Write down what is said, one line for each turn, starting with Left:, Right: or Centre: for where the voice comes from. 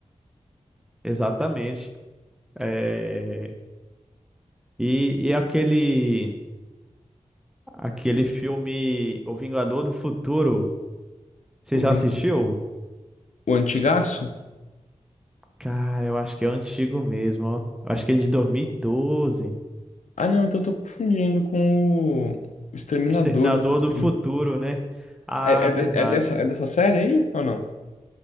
Centre: Exatamente. É, e, e aquele aquele filme O Vingador do Futuro, você
Left: O
Centre: já
Left: Ving-
Centre: assistiu?
Left: o Antigaço?
Centre: Cara, eu acho que é antigo mesmo, ó. Eu acho que é de 2012.
Left: Ah, não, então eu tô confundindo com o o Exterminador
Centre: O Exterminador
Left: do Futuro.
Centre: do Futuro, né? Ah,
Left: É, é,
Centre: verdade.
Left: de- é dessa, é dessa série aí ou não?